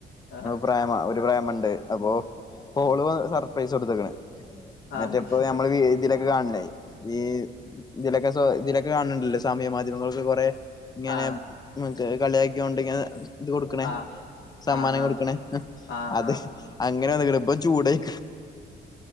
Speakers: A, on the left (about 70°); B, on the left (about 20°).
A: ആഹ്
B: പ്രേ പ്പ ഒരു പ്രാമണ്ട്. അപ്പൊ ഓള് സർപ്രൈസക്കെ കൊടുത്തക്ണ്.
A: ആഹ്
B: മറ്റേ പ്പൊ ഞമ്മള്
A: ട്ടോ
B: തിലൊക്കെ കാണണ്ടേ. ഈ ഇങ്ങനൊക്കെ സൊ ഇതിലൊക്കെ കാണണ്ടല്ലേ സാമൂഹ്യ മാധ്യമങ്ങൾക്ക് കൊറെ ഇങ്ങനെ
A: ആഹ്
B: മറ്റേ കളിയാകിയൊണ്ട് ഇങ്ങനെ ഇത് കൊടുക്കണേ.
A: ആഹ്
B: സമ്മാനം
A: ആഹ് ആഹ്
B: കൊടുക്കണേ.
A: ആഹ്
B: അത് അങ്ങനെ വന്ന്ക്ണ്. ഇപ്പൊ ചൂടയ്